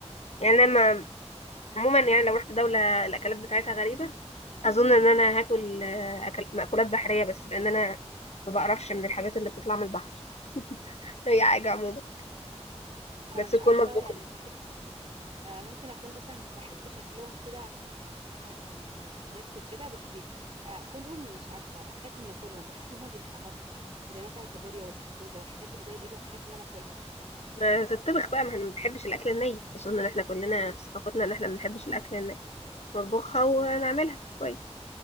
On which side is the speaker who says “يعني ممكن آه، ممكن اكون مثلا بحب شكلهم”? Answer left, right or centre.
Right